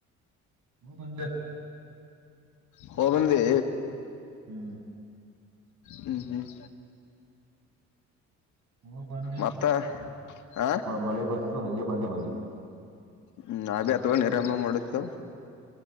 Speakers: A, on the right (about 70°); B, on the left (about 75°).
A: ಬಂದ
B: ಹ ಬಂದಿ
A: ಹ್ಮ್
B: ಹ್ಮ್ ಹ್ಮ್
A: ಹ ಬಂದೆ
B: ಮತ್ತ ಆ
A: ಮಳೆ ಬಟ್ಟು ಹಗೆ ಬಂದೆ ಮನೆಿ
B: ಹ್ಮ್ ಆ ಬಿಿ ಅಥವಾವ ನಿರಾಮ ನ ಮಾಡದು ತ